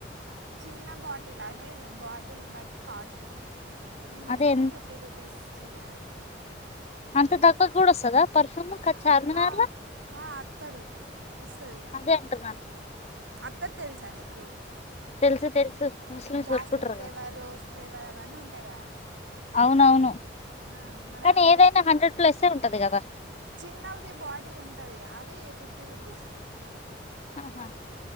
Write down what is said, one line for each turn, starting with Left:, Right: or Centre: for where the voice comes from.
Right: చిన్న బాటిల్ అదే బాటిల్ బట్టి కాస్ట్ ఉన్నది. నేను తీసుకునే
Left: అదే ఎన్-
Right: ఫిఫ్టీ రూపీస్ చిన్నది,
Left: అంత తక్కువకి కూడా వస్తదా పర్ఫ్యూమ్
Right: ఆ,
Left: చార్మినార్ల
Right: ఆ, ఆ, అత్తరు వస్తుంది
Left: అదే అంటున్నా
Right: అత్తరు తెలుసా నీకు
Left: తెలుసు తెలుసు ముస్లిమ్స్
Right: జాస్మిన్
Left: పెట్టుకుంటారు
Right: ఫ్లేవర్,
Left: కదా
Right: రోజ్ ఫ్లేవర్ అవన్నీ ఉంటాయి. కదా
Left: అవునవును
Right: ఆ మరి
Left: కానీ
Right: అవి
Left: ఏదైనా హండ్రెడ్ ప్లస్సే ఉంటది కదా
Right: చిన్నది బాటిలు ఉంటది అవి ఫిఫ్టీ రూపీస్
Left: హా